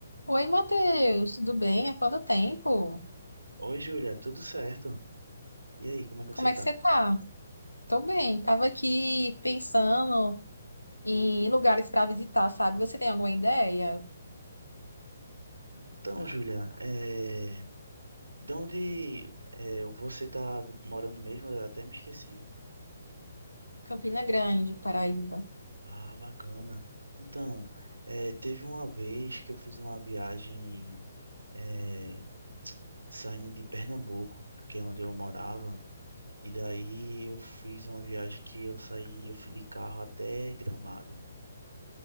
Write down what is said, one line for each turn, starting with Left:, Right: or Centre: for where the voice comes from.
Left: Oi, Matheus, tudo bem? Há quanto tempo?
Right: Oi, Júlia, tudo certo? E aí, como é que você
Left: Como é
Right: tá?
Left: que você tá? Tô bem, tava aqui pensando em lugares para visitar, sabe? Você tem alguma ideia?
Right: Então, Júlia, é... de onde é, você tá morando mesmo? Eu até me esqueci.
Left: Campina Grande, Paraíba.
Right: Ah, bacana. Então, é, teve uma vez que eu fiz uma viagem é, saindo de Pernambuco, que é onde eu morava, e daí eu fiz uma viagem que eu saí, eu fui de carro até Gramado.